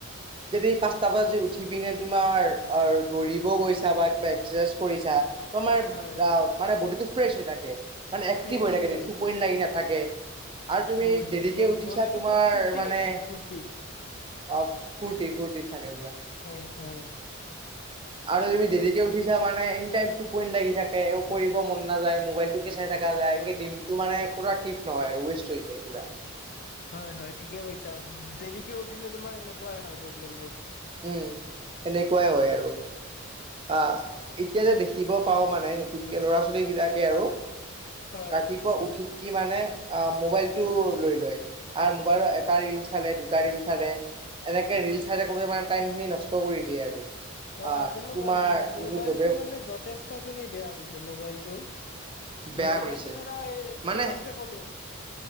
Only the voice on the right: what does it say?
যদি পাঁচটা বজ উঠি পিনে তোমাৰ দৌৰিব গৈছা বা কিবা এক্সাৰচাইজ কৰিছা। মাৰ
মানে বডিটো ফ্ৰেছ হৈ থাকে মানে এক্টিভ
হৈ থাকে,
মানে টোপনি লাগি‌ নাথাকে। থাকে। আৰু তুমি
দেৰিকে উঠিছা
তোমাৰ
মানে,
অ, ফূৰ্তি ফূৰ্তিত থাকে পুৰা।
আৰু তুমি দেৰিকে উঠিছা মানে এই লাগি থাকে কৰিব মন নাযায় মোবাইল তোকে চাই থাকে। য, এক দিনটো মানে টিপ নহয় আৰু ৱষ্ট হৈ যায় পোৰা।
উ, সেনেকুৱাই হয় আৰু। আহ, এতিয়া যে দেখিব পাঁও মানে নতুনকে ল'ৰা ছোৱালী বিলাকে আৰু।
ৰাতিপুৱা উঠি‌ কিমানে। আহ, মোবাইলটো লৈ লয় আৰু মোবাইলৰ এটা ৰিল চালে দুটা ৰিল চালে। এনেকে ৰিল চাই থাকোঁতে মানে টাইম খিনি নষ্ট কৰি দিয়ে আৰু।
আহ
তোমাৰ
যোনটো জবে
বেয়া
কৰিছে
মানে